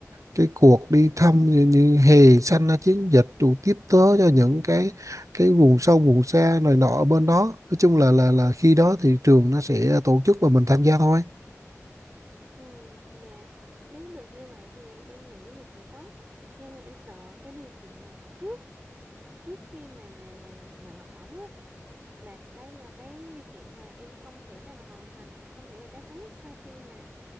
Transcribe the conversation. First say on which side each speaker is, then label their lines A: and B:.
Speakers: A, on the right; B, on the right.
A: cái cuộc đi thăm như, như hè xanh là chiến dịch rồi tiếp tế cho những cái cái vùng sâu vùng xa này nọ ở bên đó nói chung là là là khi đó thì trường nó sẽ tổ chức và mình tham gia thôi
B: ừ, dạ. Nếu được như vậy thì em nghĩ thì sẽ tốt. Nhưng mà em sợ cái điều kiện là trước ờ, trước khi mà mà nhận học bổng á là đây là cái điều kiện mà em không thể nào mà hoàn thành, không thể mà đáp ứng sau khi mà